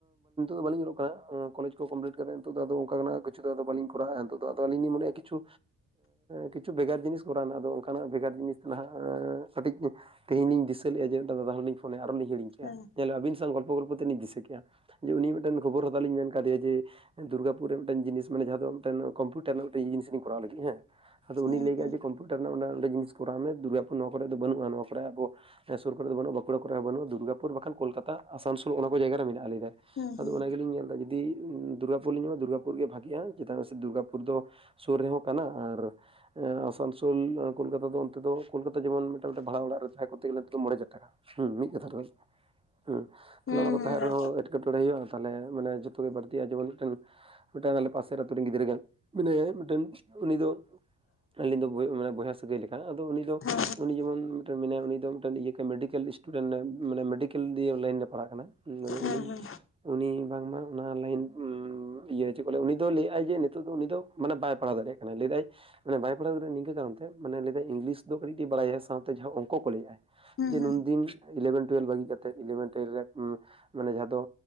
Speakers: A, on the right; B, on the left.
A: ᱟᱹᱻ ᱵᱟᱞᱤᱧ ᱧᱚᱜ ᱠᱟᱱᱟ ᱾ ᱠᱚᱞᱮᱡᱽ ᱠᱚ ᱠᱚᱢᱯᱞᱤᱴ ᱠᱟᱤᱛ ᱫᱚ ᱚᱱᱠᱟ ᱜᱮ ᱦᱟᱜ <unintelligible> ᱟᱫᱚ ᱵᱟᱧᱞᱤᱧ ᱠᱚᱟᱨᱟᱣ ᱮᱫ-ᱟ ᱟᱫᱚ ᱟᱹᱞᱤᱧ ᱞᱤᱧ ᱢᱚᱱᱮᱭᱮᱜ-ᱟ ᱠᱤᱷᱩ ᱠᱤᱪᱷᱩ ᱵᱷᱮᱜᱟᱨ ᱡᱤᱱᱤᱥ ᱠᱚᱨᱟᱣᱱᱟᱜ ᱟᱫᱚ ᱚᱱᱠᱟᱱᱟᱜ ᱵᱷᱮᱜᱟᱨ ᱡᱤᱱᱤᱥ ᱱᱟᱜ ᱠᱟᱹᱴᱤᱡ ᱛᱮᱦᱧ ᱞᱤᱧ ᱫᱤᱥᱟᱹ ᱞᱮᱫᱼᱟ ᱡᱮ ᱢᱤᱫᱴ ᱫᱟᱫᱟ ᱦᱚᱲ ᱞᱤᱧ ᱯᱷᱳᱱᱟᱭᱟ ᱟᱨ ᱦᱚᱸ ᱞᱤᱧ ᱦᱤᱲᱤᱧ ᱠᱮᱜ-ᱟ
B: ᱦᱮᱸ
A: ᱧᱮᱞᱮ ᱟᱹᱵᱤᱱ ᱥᱟᱶ ᱜᱚᱞᱯᱷᱚ ᱜᱚᱞᱯᱷᱚ ᱛᱮᱞᱤᱧ ᱫᱤᱥᱟᱹ ᱠᱮᱼᱟ ᱾ ᱡᱮ ᱩᱱᱤ ᱢᱤᱫᱴᱮᱱ ᱠᱷᱚᱵᱚᱨ ᱦᱟᱛᱟᱣ ᱞᱤᱧ ᱢᱮᱱ ᱟᱠᱟᱫᱮᱭᱟ ᱡᱮ ᱫᱩᱨᱜᱟᱯᱩᱨ ᱨᱮ ᱢᱤᱫᱴᱮᱱ ᱡᱤᱱᱤᱥ ᱢᱟᱱᱮ ᱡᱟᱦᱟᱸ ᱫᱚ ᱢᱤᱫᱴᱮᱱ ᱠᱚᱢᱯᱤᱭᱩᱴᱟᱨ ᱨᱮᱱᱟᱜ ᱢᱤᱫ ᱡᱤᱱᱤᱥ ᱞᱤᱧ ᱠᱚᱨᱟᱣ ᱞᱟᱹᱜᱤᱫ ᱦᱮᱸ ᱾ ᱟᱫᱚ
B: ᱦᱮᱸ
A: ᱩᱱᱤᱤᱭ ᱞᱟᱹᱭ
B: ᱦᱮᱸ
A: ᱠᱟ ᱡᱮ ᱠᱚᱢᱯᱤᱭᱩᱴᱟᱨ ᱨᱮᱱᱟᱜ ᱚᱱᱟ ᱢᱤᱫᱴᱟᱝ ᱡᱤᱱᱤᱥ ᱠᱚᱟᱣ ᱢᱮ ᱫᱩᱨᱜᱟᱯᱩᱨ ᱱᱚᱣᱟ ᱠᱚᱨᱮᱜ ᱫᱚ ᱵᱟᱹᱱᱩᱜᱼᱟ ᱱᱚᱣᱟ ᱠᱚᱨᱮᱜ ᱟᱵᱚ ᱥᱩᱨ ᱠᱚᱨᱮ ᱫᱚ ᱵᱟᱹᱱᱩᱜ ᱵᱟᱸᱠᱩᱲᱟ ᱠᱚᱨᱮ ᱦᱚᱸ ᱵᱟᱹᱱᱩᱜᱼᱟ ᱫᱩᱨᱜᱟᱯᱩᱨ ᱵᱟᱠᱷᱟᱱ ᱠᱳᱞᱠᱟᱛᱟ <unintelligible> ᱟᱥᱟᱱᱥᱚᱞ ᱚᱱᱟ ᱠᱚ ᱡᱟᱭᱜᱟ ᱨᱮ ᱢᱮᱱᱟᱜ ᱞᱟ
B: ᱦᱮᱸ
A: ᱟᱫᱚ
B: ᱦᱮᱸ
A: ᱚᱱᱟ ᱜᱮᱞᱤᱧ ᱧᱮᱞ ᱮᱫᱟ ᱡᱩᱫᱤ ᱫᱩᱨᱜᱟᱯᱩᱨ ᱞᱤᱧ ᱧᱟᱢᱟ ᱫᱩᱨᱜᱟᱯᱩᱨ ᱜᱮ ᱵᱷᱟᱜᱤᱜᱼᱟ ᱪᱮᱫᱟᱜ ᱥᱮ ᱫᱩᱨᱜᱟᱯᱩᱨ ᱫᱚ ᱥᱩᱨ ᱨᱮᱦᱚᱸ ᱠᱟᱱᱟ ᱟᱨ ᱟᱥᱟᱱᱥᱳᱞ ᱠᱚᱞᱠᱟᱛᱟ ᱫᱚ ᱱᱚᱛᱮ ᱫᱚ ᱠᱳᱞᱠᱟᱛᱟ ᱡᱮᱚᱱ ᱢᱤᱫᱴᱮᱡ ᱵᱷᱟᱲᱟ ᱚᱲᱟᱜ ᱨᱮ ᱛᱟᱦᱮᱸ ᱠᱚᱛᱮ ᱜᱮᱱ ᱫᱚ <unintelligible> ᱴᱟᱠᱟ ᱢᱤᱫ ᱠᱟᱛᱷᱟ ᱨᱮᱫᱚ ᱦᱮᱸ
B: ᱦᱮᱸ
A: ᱛᱟᱦᱞᱮ ᱚᱲᱟᱜ ᱠᱚ
B: ᱦᱮᱸ
A: ᱛᱟᱦᱮᱸᱱ ᱨᱮᱦᱚᱸ ᱮᱴᱠᱮ-ᱴᱚᱬᱮ ᱦᱩᱭᱩᱜᱼᱟ ᱛᱟᱦᱞᱮ ᱢᱟᱱᱮ ᱡᱚᱛᱚ ᱜᱮ ᱵᱟᱹᱲᱛᱤᱜᱼᱟ ᱡᱮᱢᱚᱱ ᱢᱤᱫᱴᱮᱱ ᱢᱤᱫᱴᱜ ᱟᱞᱮ ᱯᱟᱥᱮ ᱨᱮ ᱟᱛᱩ ᱨᱮ ᱜᱤᱫᱽᱨᱟᱹ ᱠᱟᱱᱟ ᱢᱟᱱᱮ ᱢᱤᱫᱴᱮᱱ ᱩᱱᱤ ᱫᱚ ᱟᱹᱞᱤᱧ ᱫᱚ ᱢᱟᱱᱮ ᱵᱚᱭᱦᱟ ᱥᱟᱹᱜᱟᱹᱭ ᱞᱮᱠᱟ ᱟᱫᱚ ᱩᱱᱤ ᱫᱚ
B: ᱦᱮᱸ
A: ᱩᱱᱤ ᱡᱮᱢᱚᱱ ᱢᱮᱱᱟᱭᱟ ᱩᱱᱤ ᱫᱚ ᱢᱤᱫᱴᱮᱱ ᱤᱭᱟᱹ ᱢᱮᱰᱤᱠᱮᱞ ᱤᱥᱴᱩᱰᱮᱸᱱᱴ ᱢᱟᱱᱮ ᱢᱮᱰᱤᱠᱮᱞ ᱤᱭ ᱞᱟᱭᱤᱱ ᱨᱮ ᱯᱟᱲᱦᱟᱜ ᱠᱟᱱᱟ ᱾ ᱟᱫᱚ
B: ᱦᱮᱸ
A: ᱩᱱᱤ
B: ᱦᱮᱸ
A: ᱩᱱᱤ ᱵᱟᱝᱢᱟ ᱚᱱᱟ ᱞᱟᱹᱭᱤᱱ ᱤᱭᱟᱹ ᱪᱮᱫ ᱠᱚ ᱞᱟᱹᱭᱟ ᱩᱱᱤ ᱫᱚ ᱞᱟᱹᱭᱮᱫᱟᱭ ᱡᱮ ᱱᱤᱛᱚᱜ ᱫᱚ ᱩᱱᱤ ᱫᱚ ᱢᱟᱱᱮ ᱵᱟᱭ ᱯᱟᱲᱦᱟᱣ ᱫᱟᱲᱮᱭᱟᱜ ᱠᱟᱱᱟᱭ ᱞᱟᱹᱭᱮᱫᱟᱭ ᱢᱟᱱᱮ ᱵᱟᱭ ᱯᱟᱲᱦᱟᱣ ᱫᱟᱲᱮᱭᱟᱜ ᱱᱤᱠᱟᱹ ᱠᱚᱱ ᱛᱮ ᱢᱟᱱᱮ ᱞᱟᱹᱭᱟᱭᱟ ᱤᱝᱞᱤᱥ ᱫᱚ ᱠᱟᱹᱴᱤᱡᱤᱡ ᱮ ᱵᱟᱲᱟᱭᱟ ᱥᱟᱶᱛᱮ ᱡᱟᱦᱟᱸ ᱚᱝᱠᱚ ᱠᱚ ᱞᱟᱹᱭᱮᱫᱼᱟ
B: ᱦᱮᱸ
A: ᱡᱮ
B: ᱦᱮᱸ
A: ᱱᱩᱱ ᱫᱤᱱ ᱤᱞᱮᱵᱷᱮᱱ ᱴᱩᱭᱮᱞ ᱵᱟᱹᱜᱤ ᱠᱟᱛᱮ ᱤᱞᱮᱵᱷᱮᱱ ᱴᱩᱭᱮᱞᱵᱷ ᱨᱮ ᱢᱟᱱᱮ ᱡᱟᱦᱟᱸ ᱫᱚ